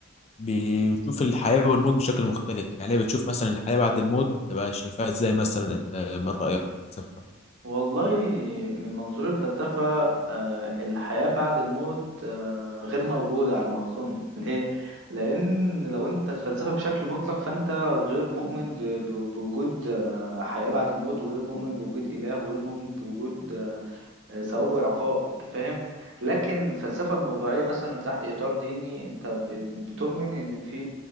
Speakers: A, on the left; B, on the right.
A: بتشوف الحياه والموت بشكل مختلف يعني هي بتشوف مثلا الحياه بعد الموت تبقى شايفاها ازاي مثلا انت من رايك في الفلسفه
B: والله من منظور الفلسفة آه، الحياة بعد الموت آه، غير موجودة على ما أظن <laughs> ليه؟ لأن لو أنت الفلسفة بشكل مطلق فأنت غير مؤمن ب- ب- بوجود آه، حياة بعد الموت وغير مؤمن بوجود إله وغير مؤمن بوجود ثواب وعقاب انت فاهم لكن الفلسفة الموضوعية مثلا تحت إطار ديني انت بت- بتؤمن ان في